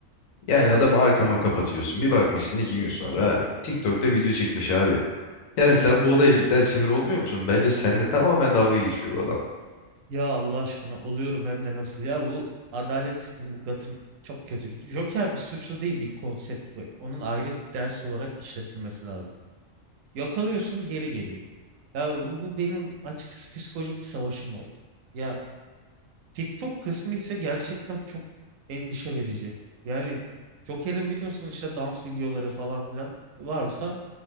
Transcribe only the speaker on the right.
Ya Allah aşkına oluyorum hem de nasıl ya bu adalet sistemi bu Gotham çok kötü. Joker bir suçlu değil bir konsept bu. Onun ayrı bir ders olarak işletilmesi lazım. Yakalıyorsun geri geliyor. Ya bu bu benim açıkçası psikolojik bir savaşım oldu. Ya TikTok kısmı ise gerçekten çok endişe verici. Yani Joker'in biliyorsun işte dans videoları falan filan varsa